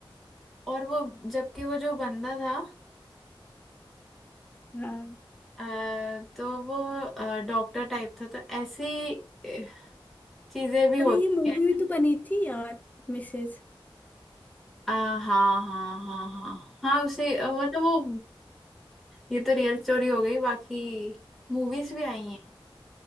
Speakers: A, in the centre; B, on the left.
A: और वो जबकि वो जो बंदा था
B: हाँ
A: अ, तो वो डॉक्टर टाइप था तो ऐसी अ, चीजें भी होती
B: अरे ये मूवी
A: हैं
B: भी तो बनी थी यार मिसेज
A: आ, हाँ हाँ हाँ हाँ हाँ उसे अ, मतलब वो ये तो रियल स्टोरी हो गई बाकी मूवीज भी आई हैं